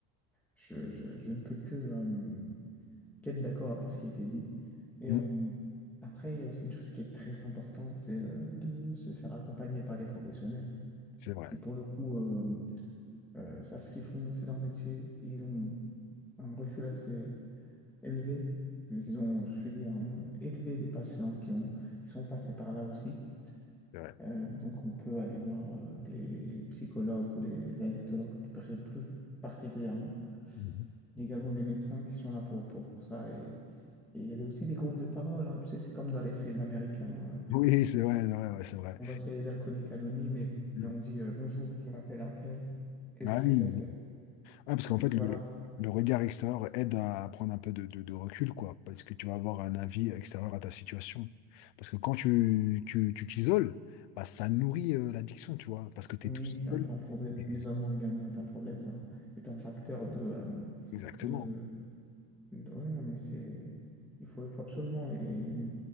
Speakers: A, in the centre; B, on the left (about 80°).
A: je, je, je ne peux que euh, qu'être d'accord avec ce qui a été dit. Et
B: Mm.
A: euh, après, il y a aussi une chose qui est très importante, c'est euh, de se faire accompagner par des professionnels
B: C'est vrai.
A: qui, pour le coup, euh, euh, savent ce qu'ils font, c'est leur métier, et ils ont un recul assez élevé, vu qu'ils ont suivi un nombre élevé de patients qui ont, qui sont passés par là aussi.
B: C'est vrai.
A: Euh, donc on peut aller voir euh, des psychologues ou des addictologues pr- plus particulièrement,
B: Mhm.
A: mais également des médecins qui sont là pour, pour, pour ça. Et, et il y a aussi des groupes de parole, hein, tu sais, c'est comme dans les films américains, euh,
B: Oui, c'est vrai, c'est vrai, ouais, c'est vrai.
A: on va chez les alcooliques anonymes et,
B: Mm.
A: et on dit euh, bonjour, je m'appelle un tel et
B: Ah
A: je suis
B: oui.
A: alcoolique.
B: Ah, parce qu'en fait,
A: Voilà,
B: le, le- le regard extérieur aide à prendre un peu de, de- de recul, quoi, parce que tu vas avoir un avis extérieur à ta situation. Parce que quand tu, tu, tu t'isoles, bah, ça nourrit euh, l'addiction, tu vois, parce que tu
A: Oui,
B: es tout seul.
A: c'est un peu un problème.
B: Et-
A: L'isolement également est un problème, est un, est un facteur de, euh,
B: Exactement.
A: de, de- ouais, non, mais c'est, il faut, il faut absolument et, euh,